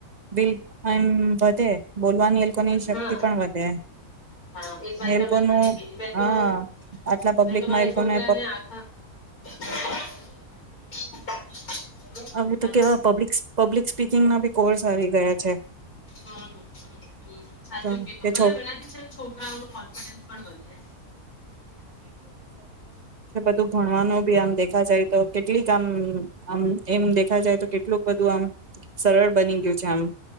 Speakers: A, on the right (about 35°); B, on the left (about 75°).
A: બિલ એમ વધે. બોલવાની એ લોકોની શક્તિ
B: હા
A: પણ વધે.
B: હા એક વાત
A: એ
B: તમે
A: લોકોનું
B: ખરી કીધી તો
A: હા આટલા પબ્લિકમાં
B: મેં તો મારા
A: એ લોકોને
B: છોકરાને આખા <unintelligible> બોલો
A: હવે તો
B: હલો
A: કેવા પબ્લિકસ પબ્લિકસ સ્પીકિંગના બી કોર્સ આવી ગયા છે.
B: હમ્મ હમ્મ સાચું
A: તો
B: કીધું.
A: કે
B: ભલે
A: છો
B: વિનાતી છે છોકરાઓ ન કોન્ફિડન્સ પણ વધે
A: તું ભણવાનું બી આમ દેખા જાય તો કેટલીક આમ દુ હમ્મ એમ દેખા જાય તો કેટલુંક બધું આમ સરળ બની ગયું છે આમ.